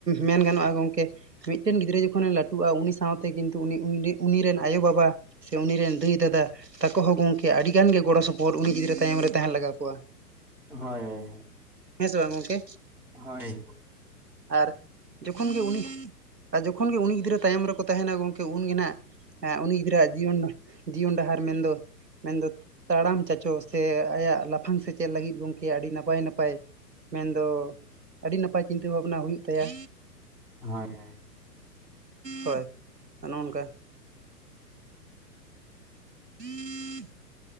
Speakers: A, on the right; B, in the centre.
A: ᱢᱮᱱ ᱜᱟᱱᱚᱜᱼᱟ ᱜᱚᱢᱠᱮ ᱢᱤᱫᱴᱮᱱ ᱜᱤᱫᱽᱨᱟᱹ ᱡᱚᱠᱷᱚᱱᱮ ᱞᱟᱹᱴᱩᱜᱼᱟ ᱩᱱᱤ ᱥᱟᱶᱛᱮ ᱠᱤᱱᱛᱩ ᱩᱱᱤ ᱩᱱᱤ ᱨᱮᱱ ᱟᱭᱳᱵᱟᱵᱟ ᱥᱮ ᱩᱱᱤ ᱨᱮᱱ ᱫᱟᱹᱭ ᱫᱟᱫᱟ ᱛᱟᱠᱚ ᱦᱚᱸ ᱜᱚᱢᱠᱮ ᱟᱹᱰᱤ ᱜᱟᱱ ᱜᱮ ᱜᱚᱲᱚ ᱥᱚᱯᱚᱦᱚᱫ ᱩᱱᱤ ᱜᱤᱫᱽᱨᱟᱹ ᱛᱟᱭᱚᱢ ᱨᱮ ᱛᱟᱦᱮᱸᱱ ᱞᱟᱜᱟ ᱠᱚᱣᱟ᱾
B: ᱦᱳᱭ ᱦᱳᱭ᱾
A: ᱦᱮᱸ ᱥᱮ ᱵᱟᱝ ᱜᱚᱝᱠᱮ?
B: ᱦᱳᱭ᱾
A: ᱟᱨ ᱡᱚᱠᱷᱚᱱ ᱜᱮ ᱩᱱᱤ ᱟ ᱡᱚᱠᱷᱚᱱ ᱜᱮ ᱩᱱᱤ ᱜᱤᱫᱽᱨᱟᱹ ᱛᱟᱭᱚᱢ ᱨᱮᱠᱚ ᱛᱟᱦᱮᱱᱟ ᱜᱚᱢᱠᱮ ᱩᱱᱜᱮ ᱱᱟᱦᱟᱜ ᱦᱮᱸ ᱩᱱᱤ ᱜᱤᱫᱽᱨᱟᱹ ᱟᱜ ᱡᱤᱭᱚᱱ, ᱡᱤᱭᱚᱱ ᱰᱟᱦᱟᱨ ᱢᱮᱱᱫᱚ ᱢᱮᱱᱫᱚ ᱛᱟᱲᱟᱢ ᱪᱟᱪᱚ ᱥᱮ ᱟᱭᱟᱜ ᱞᱟᱯᱷᱟᱝ ᱥᱮᱪᱮᱫ ᱞᱟᱹᱜᱤᱫ ᱜᱚᱝᱠᱮ ᱟᱹᱰᱤ ᱱᱟᱯᱟᱭ ᱱᱟᱯᱟᱭ ᱢᱮᱱᱫᱚ ᱟᱹᱰᱤ ᱱᱟᱯᱟᱭ ᱪᱤᱱᱛᱟᱹ ᱵᱷᱟᱵᱽᱱᱟ ᱦᱩᱭᱩᱜ ᱛᱟᱭᱟ᱾
B: ᱦᱳᱭ᱾
A: ᱦᱳᱭ ᱚᱱᱚ ᱚᱱᱠᱟ᱾ <inaudible>